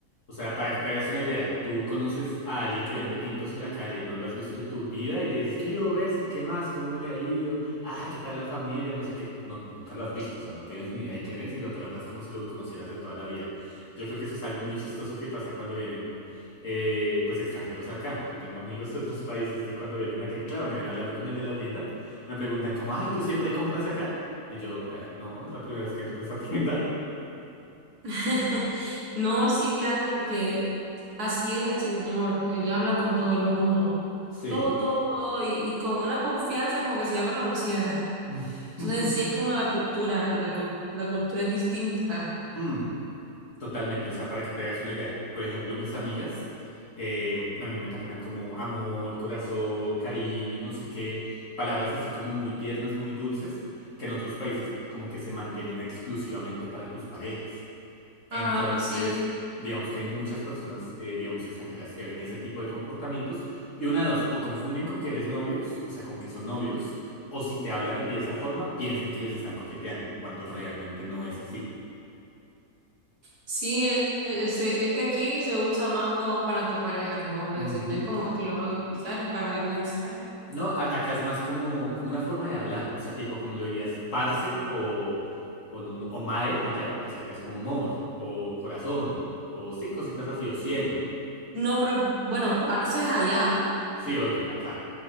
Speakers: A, on the left (about 50°); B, on the right (about 70°).
A: O sea, para que te hagas una idea, tú conoces a alguien que vende tintos en la calle, no lo has visto en tu vida y le dices, ¿qué hubo, Bessie? ¿Qué más? ¿Cómo me le ha ido? Ah, ¿qué tal la familia? No sé qué. No, nunca lo has visto, o sea, no tienes ni idea de quién es y lo tratas como si lo conocieras de toda la vida. Yo creo que eso es algo muy chistoso que pasa cuando vienen, eh, pues, extranjeros acá. Yo tengo amigos de otros países que cuando vienen acá y, claro, me ven hablando con el de la tienda, me preguntan como, ay, ¿tú siempre compras acá? Y yo, "Eh, no, es la primera vez que entro en esta <laughs> tienda.
B: <laughs> No, sí, fíjate, porque así es el Señor. Él habla con todo el mundo.
A: Sí.
B: Todo, todo, todo. Y, y con una confianza como que si ya lo conociera.
A: <laughs>
B: Entonces, sí es como la cultura. La, cul- la cultura es distinta.
A: Mm, totalmente, o sea, para que te hagas una idea. Por ejemplo, mis amigas eh, a mí me tratan como amor, corazón, cariño, no sé qué, palabras así como muy tiernas, muy dulces, que en otros países como que se mantienen exclusivamente para tus parejas. Entonces,
B: Ah, sí.
A: digamos que hay muchas personas, eh, digamos, extranjeras que ven ese tipo de comportamientos y una de dos, o confunden con que eres novios, o sea, con que son novios, o si te hablan a ti de esa forma, piensan que les están coqueteando, cuando realmente no es así.
B: Sí, e- ese- es, que aquí se usa más como para tu pareja, como vos lo
A: Ujú.
B: decís. No es como que lo vas a utilizar para algún extraño.
A: No, a- acá es más como, como una forma de hablar, o sea, tipo como lo dirías, parce o, o, no- no- o mae allá, pues acá es como amor, o corazón, o sí, cositas así, o cielo.
B: No, pero bueno, parce es allá.
A: Sí, obvio, acá.